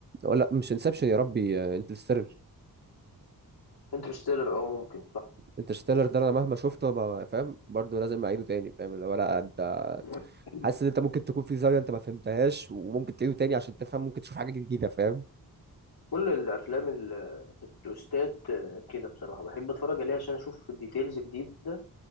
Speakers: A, on the right; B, on the left.
A: أو لا مش انسبشن يا ربي انترستيلر
B: انترستيلر اه ممكن صح
A: انترستيلر ده انا مهما شفته ما فاهم برضه لازم اعيده تاني فاهم اللي هو لا انت
B: <coughs>
A: حاسس
B: <clears throat>
A: ان انت ممكن تكون في زاوية انت ما فهمتهاش وممكن تعيده تاني عشان تفهم ممكن تشوف حاجة جديدة فاهم
B: كل الافلام ال- التوستات آه، كده بصراحه بحب اتفرج عليها عشان اشوف ديتيلز جديده